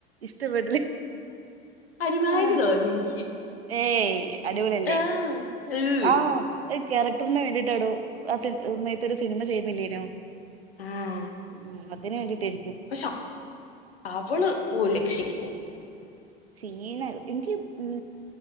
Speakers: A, on the right; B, on the left.
A: ഇഷ്ടപ്പെട്ടില്ല
B: ഒരുമാതിരി
A: ആഹ്
B: തോന്നി എനിക്ക്
A: ഏയ് അടിപൊളില്ലേ
B: ആഹ് ഏഹ്
A: ആഹ് ഒരു ക്യാരക്ടറിന് വേണ്ടിട്ടടോ ആ സമയത്ത ഒരു സിനിമ ചെയ്യുന്നില്ലേനോ
B: ആഹ്
A: ഉം അത്തിന് വേണ്ടിട്ടയി
B: പക്ഷെ <inaudible> അവള് ഒരു രക്ഷയില്ല
A: സീനയി എനിക്ക് ഉം